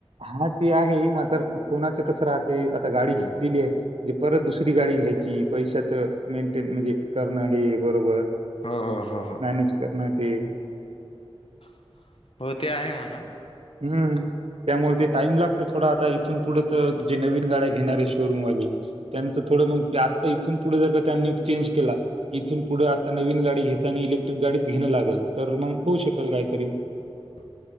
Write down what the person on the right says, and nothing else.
हा ते आहे मात्र कोणाचं कस राहते आता गाडी घेतलेली आहे म्हजे परत दुसरी गाडी घ्यायची पैशाच मेंटेन म्हणजे करणं हे बरोबर.
मॅनेज करणार ते
हम्म त्यामुळे ते टाईम लागते थोडा आता इथून पुढ तर जे नवीन गाड्या घेणार आहे शोरूम वाले त्यांचं थोडं मग, ते आता इथून पुढं जर का त्यांनी चेंज केला. इथून पुढं आता नवीन गाडी घेता, आणि इलेक्ट्रिक गाडीच घेणं लागल, तर मग होऊ शकल काहीतरी